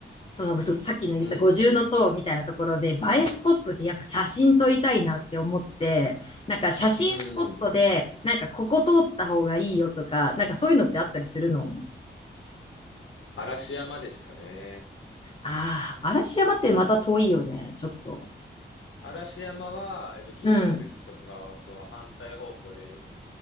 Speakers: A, on the left; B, on the left.
A: その、さっきの言った五重の塔みたいなところで、
B: うん、
A: 映えスポットでやっぱ写真撮りたいなって思って、なんか写真スポットで、
B: うん。
A: なんかここ通った方がいいよとか、なんかそういうのってあったりするの
B: 嵐山ですかね。
A: ああー、嵐山ってまた遠いよね、ちょっと。
B: 嵐山は、えっと、銀閣寺とかとは反対方向で、
A: うん、